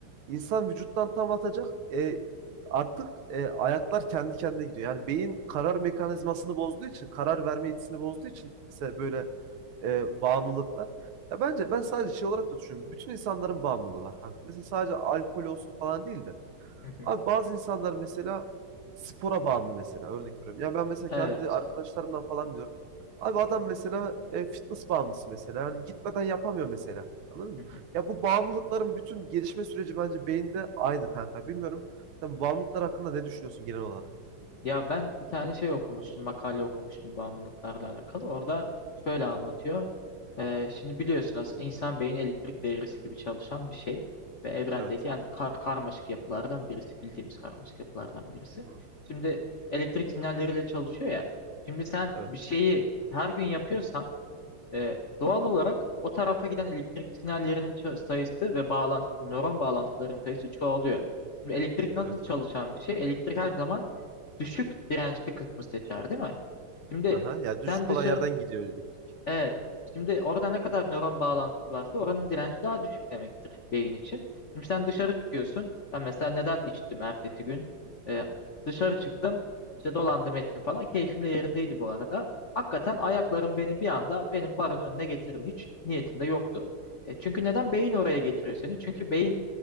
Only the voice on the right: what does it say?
İnsan vücuttan tam atacak. E, artık e, ayaklar kendi kendine gidiyor. Yani beyin karar mekanizmasını bozduğu için, karar verme yetisini bozduğu için mesela böyle e, bağımlılıklar. Ya bence ben sadece şey olarak da düşünüyorum. Bütün insanların bağımlılığı var kanka. Mesela sadece alkol olsun falan değil de.
Abi bazı insanlar mesela spora bağımlı mesela örnek veriyorum. Ya ben mesela
kendi arkadaşlarımdan falan biliyorum. Abi adam mesela e, fitness bağımlısı mesela. Yani gitmeden yapamıyor mesela. Anladın mı?
Ya bu bağımlılıkların bütün gelişme süreci bence beyinde aynı kanka. Bilmiyorum. Sen bağımlılıklar hakkında ne düşünüyorsun genel olarak?
Evet.
Hı hı.
Evet.
Evet.
evet.
Aha. Ya düşük
olan yerden gidiyor elektrik.